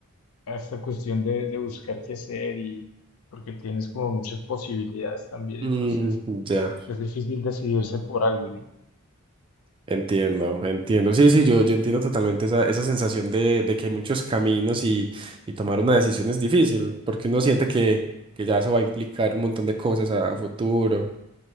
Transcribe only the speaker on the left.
a esta cuestión de, de buscar qué hacer y porque tienes como muchas posibilidades también,
entonces
es difícil decidirse por algo, ¿no?